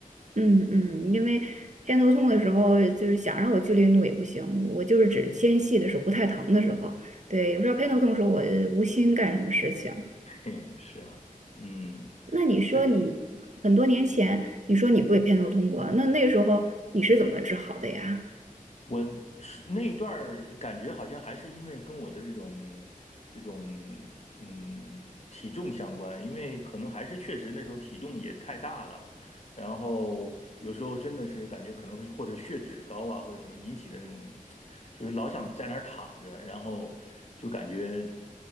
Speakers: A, on the right; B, on the left.
A: 嗯嗯，因为偏头痛的时候，就是想让我剧烈运动也不行，我就是指间隙的时候不太疼的时候。对，有时候偏头痛的时候，我呃无心干什么事情。
B: <laughs> 嘿，是啊，嗯，
A: 那你说你很多年前，
B: 所以嗯
A: 你说你不也偏头痛过？那那时候你是怎么治好的呀？
B: 嗯。我是那一段儿感觉好像还是因为跟我的这种这种嗯体重相关，因为可能还是确实那时候体重也太大了，然后有时候真的是感觉可能会或者血脂高啊或者什么引起的那种，就是老想在那儿躺着，然后就感觉